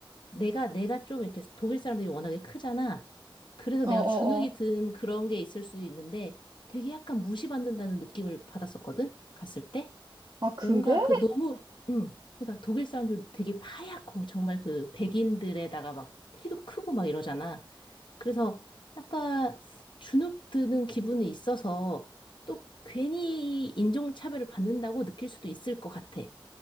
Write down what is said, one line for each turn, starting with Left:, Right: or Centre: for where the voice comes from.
Left: 내가 내가 좀 이렇게 독일 사람들이 워낙에 크잖아. 그래서
Right: 어어어.
Left: 내가 주눅이 든 그런 게 있을 수 있는데 되게 약간 무시받는다는 느낌을 받았었거든. 갔을 때.
Right: 아, 그래?
Left: 뭔가 그 너무, 음, 그러니까 독일 사람들 되게 하얗고 정말 그 백인들에다가 막 키도 크고 막 이러잖아. 그래서 약간 주눅 드는 기분이 있어서 또 괜히 인종차별을 받는다고 느낄 수도 있을 것 같아.